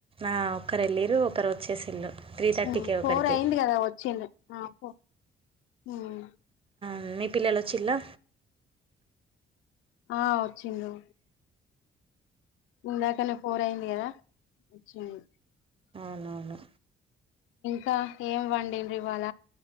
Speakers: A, on the right; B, on the left.
A: ఆ ఒకరెల్లిర్రు, ఒకరు వచ్చేసిల్లు. త్రీ థర్టీకి
B: ఉమ్, ఫోర్
A: ఒకరికి
B: అయింది కదా వచ్చిండు ఆ పో. ఉమ్
A: మ్ మీ పిల్లలొచ్చిల్లా?
B: ఆ వచ్చిన్లు. ఇందాకనే ఫోర్ అయింది కదా, వచ్చిన్రు.
A: అవునవును.
B: కా, ఏం వండిన్రు ఇవాళ